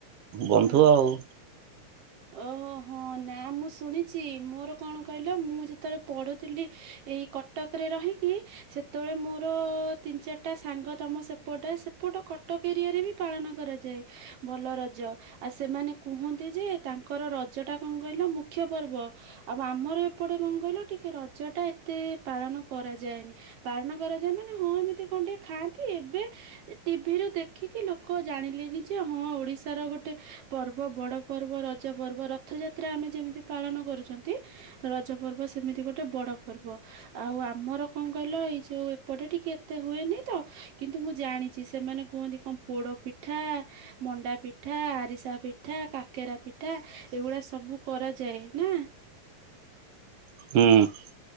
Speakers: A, on the right; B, on the right.
A: ବନ୍ଧୁ
B: ହଁ
A: ଆଉ।
B: ଓହୋ ନା ମୁଁ ଶୁଣିଛି ମୋର କଣ କହିଲ, ମୁଁ ଯେତେବେଳେ ପଢୁଥିଲି ଏଇ କଟକରେ ରହିକି ସେତେବେଳେ ମୋର ତିନି ଚାରିଟା ସାଙ୍ଗ ତମ ସେପଟେ ସେପଟ କଟକ ଏରିଆରେ ବି ପାଳନ କରାଯାଏ ଭଲ ରଜ। ଆ ସେମାନେ କୁହନ୍ତି ଯେ ତାଙ୍କର ରଜଟା କଣ କହିଲ ମୁଖ୍ୟ ପର୍ବ। ଆଉ ଆମର ଏପଟେ କଣ କହିଲ ଟିକେ ରଜଟା ଏତେ ପାଳନ କରାଯାଏନି। ପାଳନ କରାଯାଏ ମାନେ ହଁ ଏମିତି କଣ ଟିକେ ଖାଆନ୍ତି ଏବେ ଟିଭିରୁ ଦେଖିକି ଲୋକ ଜାଣିଲେନି ଯେ ହଁ ଓଡି଼ଶାର ଗୋଟେ ପର୍ବ ବଡ଼ ପର୍ବ ରଜ ପର୍ବ ରଥଯାତ୍ରା ଆମେ ଯେମିତି ପାଳନ କରୁଛନ୍ତି। ରଜ ପର୍ବ ସେମିତି ଗୋଟେ ବଡ଼ ପର୍ବ। ଆଉ ଆମର କଣ କଇଲ ଏଇ ଯୋଉ ଏପଟେ ଟିକେ ଏତେ ହୁଏନି ତ କିନ୍ତୁ ମୁଁ ଜାଣିଚି ସେମାନେ କୁଅନ୍ତି କଣ ପୋଡ଼ ପିଠା ମଣ୍ଡା ପିଠା, ଆରିସା ପିଠା, କା କେରା ପିଠା ଏଗୁଡ଼ା ସବୁ କରାଯାଏ ନା।
A: ହୁଁ।